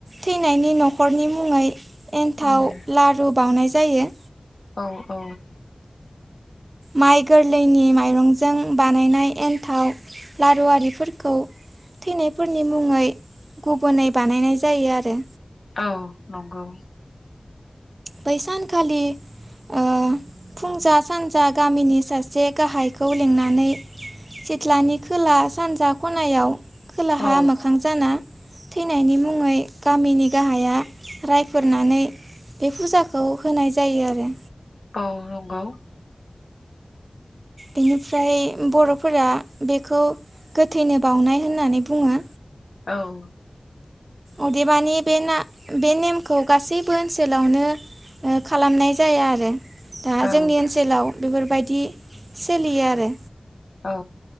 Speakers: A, on the right; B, on the left.
A: थैनायनि न'खरनि मुङै, एन्थाव
B: उम
A: लारु बाउनाय जायो।
B: औ औ।
A: माइ गोरलैनि माइरंजों बानायनाय एन्थाव, लारु आरिफोरखौ, थैनायफोरनि मुङै गुबुनै बानायनाय जायो आरो।
B: औ नंगौ।
A: बैसान खालि ओ फुंजा सानजा गामिनि सासे गाहायखौ लिंनानै, सिथ्लानि खोला सानजा खनायाव खोलाहा
B: औ
A: मोखां जाना थैनायनि मुङै गामिनि गाहाया रायफोरनानै, बे फुजाखौ होनाय जायो आरो।
B: औ नंगौ।
A: बेनिफ्राय बर'फोरा बेखौ गोथैनो बावनाय होननानै बुङो।
B: औ।
A: अदेबानि बेना बे नेमखौ गासैबो ओनसोलावनो ओ खालामनाय जाया आरो। दा
B: औ
A: जोंनि ओनसोलाव बेफोरबायदि सोलियो आरो।
B: औ।